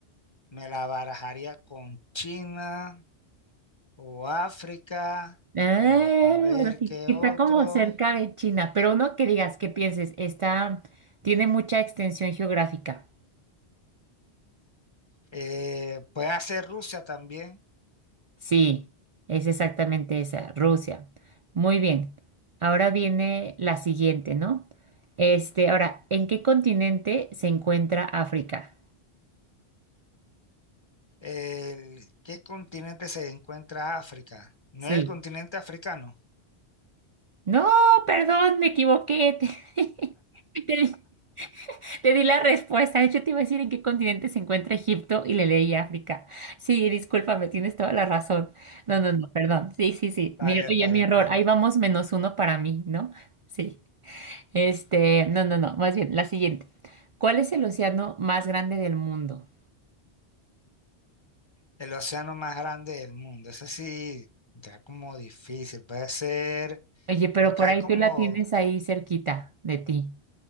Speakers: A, on the left (about 25°); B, on the right (about 55°).
A: me la barajaría con China o África
B: Ah,
A: o para ver
B: bueno, sí,
A: qué
B: que
A: otro.
B: está como cerca de China, pero no que digas que pienses, está, tiene mucha extensión geográfica.
A: Eh, puede ser Rusia también.
B: Sí, es exactamente esa, Rusia. Muy bien. Ahora viene la siguiente, ¿no? Este, ahora, ¿en qué continente se encuentra África?
A: El- ¿qué continente se encuentra África? No
B: Sí.
A: es el continente africano.
B: No, perdón, me equivoqué. <laughs> Te, te di te di la respuesta. De hecho, te iba a decir en qué continente se encuentra Egipto y le leí África. Sí, discúlpame, tienes toda la razón. No, no, no, perdón. Sí, sí, sí.
A: Está
B: Mi-
A: bien,
B: oye,
A: está
B: mi
A: bien,
B: error.
A: está bien.
B: Ahí vamos menos uno para mí, ¿no? Sí. Este, no, no, no, más bien, la siguiente. ¿Cuál es el océano más grande del mundo?
A: El océano más grande del mundo. Eso sí, ya como difícil. Puede ser,
B: Oye, pero
A: porque
B: por
A: hay
B: ahí
A: como,
B: tú la tienes ahí cerquita de ti.